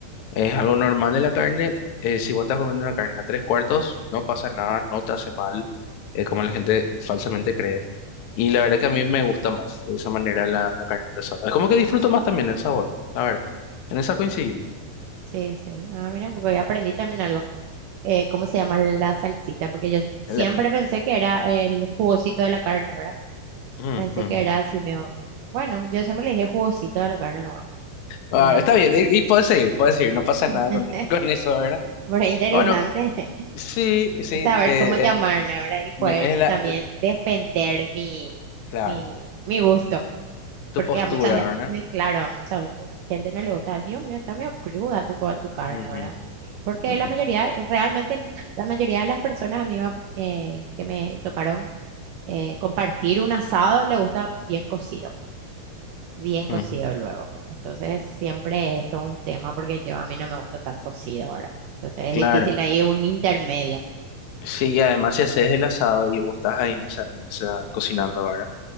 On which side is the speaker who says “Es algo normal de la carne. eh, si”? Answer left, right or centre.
Left